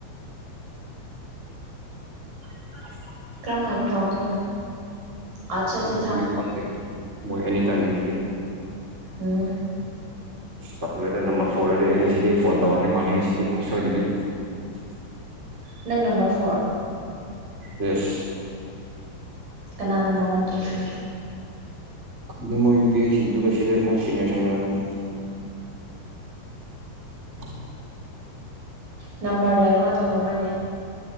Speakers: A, on the right; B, on the right.
A: <inaudible>
B: ꯀꯔꯝ ꯀꯥꯟꯗ ꯇꯧꯔꯛꯇꯣꯏꯅꯣ ꯑꯠꯆꯥ ꯆꯥ
A: ꯑꯦ
B: ꯆꯥ
A: ꯑꯗꯨꯗꯤ ꯈꯪꯗꯦ ꯃꯣꯏ ꯑꯦꯅꯤ ꯇꯥꯏꯝꯗꯨ ꯌꯦꯟꯉꯨ
B: ꯎꯝ
A: ꯑꯁ ꯄꯈꯠꯂꯦ ꯅꯝꯕꯔ ꯐꯣꯔꯗꯗꯤ ꯑꯩ ꯉꯁꯤꯗꯤ ꯐꯣꯟ ꯇꯧꯔꯅꯤ ꯃꯥꯜꯂꯦ ꯉꯁꯤꯗꯤ ꯁꯣꯏꯗꯕꯤ꯫ <inaudible>
B: ꯅꯪ ꯅꯝꯕꯔ ꯐꯣꯔ
A: ꯌꯦꯁ
B: ꯀꯅꯥ ꯅꯝꯕꯔ ꯋꯥꯟ ꯇꯨ ꯊ꯭ꯔꯤ
A: ꯈꯪꯗꯦ ꯃꯣꯏ ꯅꯨꯄꯤꯁꯤꯡꯗꯨꯒ ꯁꯤꯗ ꯃꯣꯏ ꯁꯤꯅꯤꯌꯔꯁꯤꯡ ꯑꯣꯏꯔꯝꯒꯅꯤ <inaudible>
B: ꯅꯝꯕꯔ ꯂꯩꯔꯒ ꯇꯧꯅꯕꯅꯦ